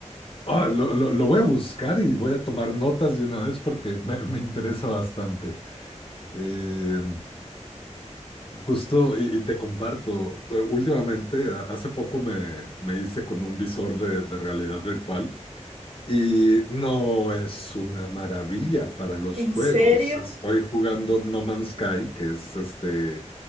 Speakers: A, on the right; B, on the left.
A: Siberia.
B: Ah, lo, lo- lo voy a buscar y voy a tomar notas de una vez porque me, me interesa bastante. Eh, justo, y, y te comparto, eh, últimamente, a- hace poco me, me hice con un visor de, de realidad virtual Y no es una maravilla para los
A: ¿En
B: juegos.
A: serio?
B: Estoy jugando No Man's Sky, que es este